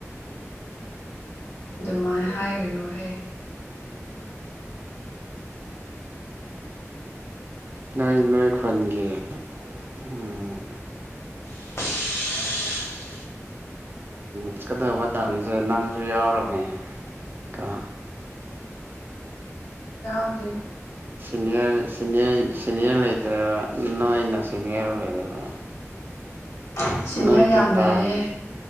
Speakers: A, on the left; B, on the right.
A: ꯑꯗꯨꯃꯥꯏꯅ ꯍꯥꯏꯒꯅꯨꯍꯦ
B: ꯅꯣꯏ ꯅꯣꯏ ꯈꯒ ꯎꯝ
A: <unintelligible>
B: ꯆꯠꯀꯗꯕ ꯇꯥꯟꯁꯦ ꯅꯪꯁꯨ ꯌꯥꯎꯔꯕꯅꯦ ꯀ
A: ꯌꯥ ꯍꯧꯖꯤꯦ
B: ꯁꯤꯅꯤꯌꯔ ꯁꯤꯅꯤꯔ ꯁꯤꯅꯤꯌꯔ ꯂꯩꯇ꯭ꯔꯦꯕ ꯏꯣꯩꯅ ꯁꯤꯅꯤꯌꯔ ꯑꯣꯏꯔꯦꯕ
A: <unintelligible> ꯁꯤꯅꯤꯌꯔ
B: ꯅꯣꯏꯒꯤ
A: ꯌꯥꯝ
B: ꯇꯥꯡ
A: ꯂꯩꯌꯦꯍꯦ